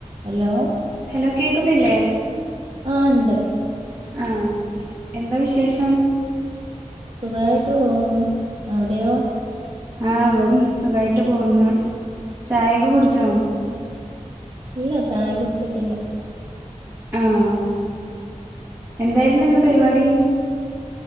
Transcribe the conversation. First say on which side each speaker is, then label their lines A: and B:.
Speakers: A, on the right; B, on the right.
A: Hello
B: hello കേക്കുന്നില്ലേ
A: ആ ഉണ്ട്
B: ആഹ എന്താ വിശേഷം
A: സുഖായിട്ട് പോകുന്നു അവിടെയോ
B: ആഹ ഇവിടെ സുഖായിട്ട് പോന്ന ചായയൊക്കെ കുടിച്ചോ
A: ഇല്ല ചായ കുടിച്ചിട്ടില്ലേ
B: ആഹ എന്തായിരുന്നു എന്ത് പരിപാടി